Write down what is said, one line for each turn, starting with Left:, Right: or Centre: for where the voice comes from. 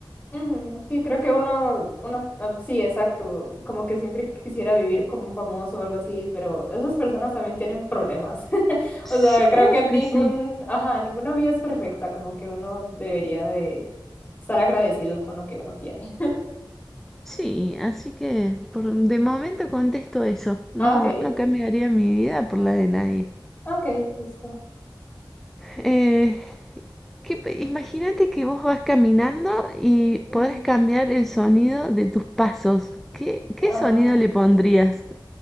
Left: Ujú, Sí, creo que uno, uno, ah, sí, exacto, como que siempre quisiera vivir como un famoso o algo así, pero esas personas también tienen problemas. <laughs>
Centre: Ps,
Left: O sea, creo
Centre: Uf,
Left: que ningún,
Centre: que sí.
Left: ajá, ninguna vida es perfecta, como que uno debería de estar agradecido con lo que uno tiene. <laughs>
Centre: Sí, así que por de momento contesto eso. No,
Left: Ah, ok,
Centre: no cambiaría mi vida por la de nadie.
Left: ok, listo.
Centre: Eh, ¿qué pe- imagínate que vos vas caminando y
Left: Ujú.
Centre: podés cambiar el sonido de tus pasos. ¿Qué, qué
Left: Ah,
Centre: sonido le pondrías?